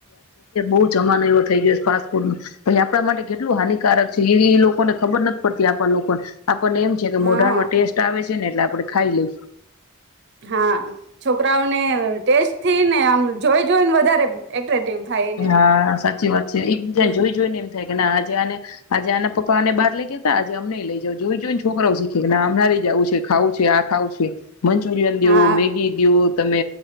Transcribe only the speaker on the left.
બહ જમાનો એવો થઈ ગયો ફાસ્ટફૂડ નુ આપણા માટે કેટલું હાનિકારક છે એ લોકોને ખબર નથી પડતી આપણા લોકોને. આપણને એમ છે કે મોઢામાં
ટેસ્ટ આવે છે ને એટલે આપડે ખાઈ લઈ.
હા સાચી વાત છે એક બીજા
જોઈ જોઈ ને એમ થાય. આજે આને, આજે આના પપ્પાને બહાર લઈ ગયા હતા. અમને લઈ જ જાઓ જોઈ જોઈને ને છોકરા શીખે. ના આમનારી જવું છે ખાવું છે આ ખાવ છે. મંચુરિયન દયો
મેગી દઉ. તમે